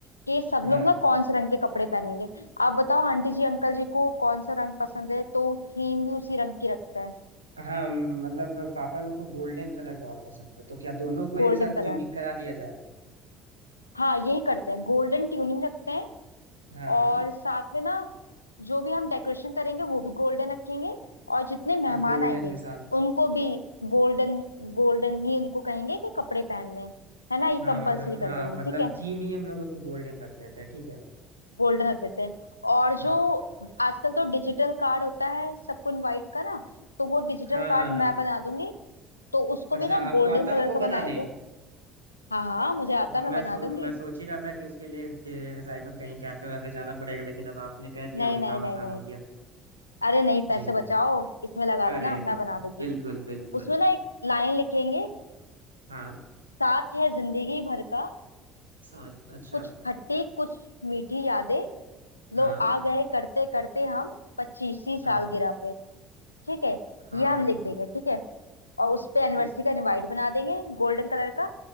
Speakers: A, on the left; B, on the right.
A: कि सब
B: हाँ
A: लोग ना कौन से रंग के कपड़े पहनेंगे आप बताओ आंटी जी अंकल जी को कौन सा रंग पसंद है तो थीम भी उसी रंग की रखते हैं
B: हाँ मतलब पापा लोग को गोल्डन कलर बहुत पसंद है तो क्या दोनों को एक
A: Golden
B: साथ
A: colour
B: ट्यूनिंग करा दिया जाए
A: हाँ यही करते हैं गोल्डन ट्यूनिंग रखते हैं
B: हाँ
A: और
B: हाँ
A: साथ में ना जो भी हम डेकोरेशन करेंगे वो भी गोल्डन रखेंगे और जितने मेहमान
B: हाँ गोल्डन
A: आएंगे
B: के साथ
A: उनको भी गोल्डन गोल्डन ही उनको कहेंगे कि कपड़े पहनने हैं। है ना ये
B: हाँ
A: कंपलसरी
B: मतलब
A: कर
B: हाँ
A: देंगे
B: मतलब
A: ठीक है
B: थीम ही हम लोग उसको गोल्डन रख देते हैं ठीक है
A: गोल्डन रख देते हैं और जो
B: हाँ
A: आजकल तो डिजिटल कार्ड होता है सबको इनवाइट का ना तो वो डिजिटल
B: हाँ
A: कार्ड
B: हाँ हाँ
A: मैं बना दूंगी तो उसको
B: अच्छा
A: भी ना
B: आपको
A: गोल्डन
B: आता
A: कलर
B: है
A: का
B: वो
A: बनाएंगे
B: बनाने
A: हाँ हाँ मुझे आता
B: मैं
A: है
B: मैं,
A: मैं बना
B: सो,
A: दूंगी
B: मैं सोच ही रहा था कि उसके लिए कि साइबर कहीं कैफे वैफे जाना पड़ेगा लेकिन अब आपने कह दिया
A: नहीं
B: वो
A: नहीं
B: काम
A: नहीं
B: आसान
A: नहीं
B: हो गया
A: अरे नहीं
B: जी
A: पैसे बचाओ इसमें लगा
B: अरे
A: देना
B: अरे
A: मैं
B: अरे
A: बना दूंगी
B: बिल्कुल बिल्कुल
A: उसमें ना एक लाइन लिखेंगे
B: हाँ
A: साथ है जिंदगी भर का
B: साथ अच्छा
A: कुछ खट्टी कुछ मीठी यादें
B: हाँ
A: लो आ गए करते करते हम पच्चीसी साल
B: हाँ
A: गिरा पे ठीक है
B: हाँ
A: ये हम लिख देंगे ठीक है और उस पे एनिवर्सरी
B: अच्छा
A: का इनवाइट बना देंगे गोल्डन कलर का